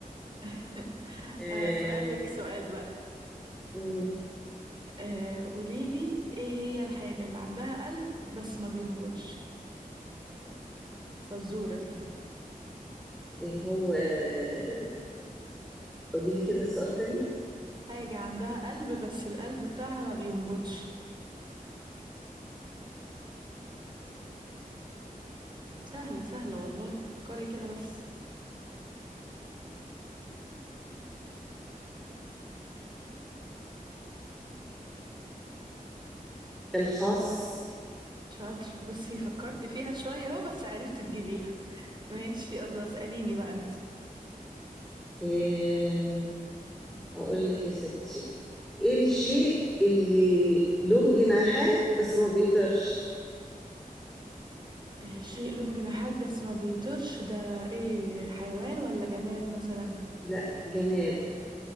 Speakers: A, on the right; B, in the centre.
A: <laughs>
B: آم،
A: هسألك سؤال بقى
B: مم.
A: آه، قوليلي ايه هي الحاجة اللي عندها قلب بس ما بينبضش فالزورة دي
B: ايه هو آه، قولي لي كده السؤال تاني
A: حاجة عندها قلب بس القلب بتاعها ما بينبضش سهلة سهلة والله فكري كده بس
B: الخاص
A: شاطرة بصي فكرت فيها شوية اهو بس عرفت تجيبيها ماشي يلا اسأليني بقى انت
B: آم، أقول لك يا ستي إيه الشيء اللي له جناحات بس ما بيطيرش
A: آه، شيء له جناحات بس ما بيطيرش ده ايه حيوان ولا جماد مثلا
B: لا جماد